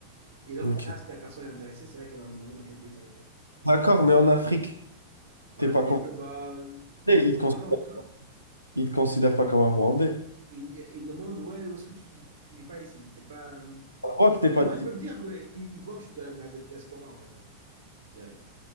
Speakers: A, on the right; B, on the left.
A: Et donc,
B: Ok.
A: là, si la personne est intéressée, c'est là qu'elle va me demander dans quel pays tu as
B: D'accord, mais en Afrique,
A: En
B: t'es
A: Afrique,
B: pas
A: euh, bah, euh,
B: considéré.
A: quand je suis
B: Ils
A: au
B: te considèrent,
A: Rwanda, en tout cas,
B: ils te considèrent pas comme un Rwandais.
A: ils me, ils me demandent, ouais, où est-ce que tu vis? Tu vis pas ici. T'es pas. euh,
B: On voit
A: Ils,
B: que t'es pas.
A: ils- non, ils peuvent dire, euh, ils, ils voient que je suis de la, de la diaspora, on va dire, direct,